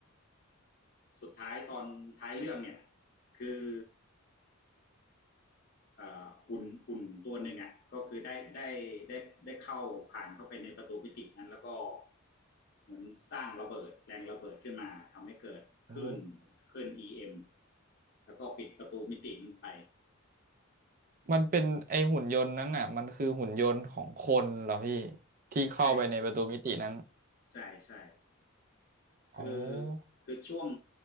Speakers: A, on the left; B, on the right.
A: สุดท้ายตอนท้ายเรื่องเนี่ยคืออ่หุ่นหุ่นตัวหนึ่งอ่ะก็คือได้ได้ได้ได้เข้าผ่านเข้าไปในประตูมิตินั้นแล้วก็เหมือนสร้างระเบิดแรงระเบิดขึ้นมาทำให้เกิดคลื่น
B: โอ้
A: คลื่น EM แล้วก็ปิดประตูมิตินันไป
B: มันเป็นไอหุ่นยนต์นั้นน่ะมันคือหุ่นยนต์ของคนเหรอพี่ที่เข้าไปในประตูมิตินั้น
A: ใช่ใช่ใช่
B: โอ้
A: คือคือช่วง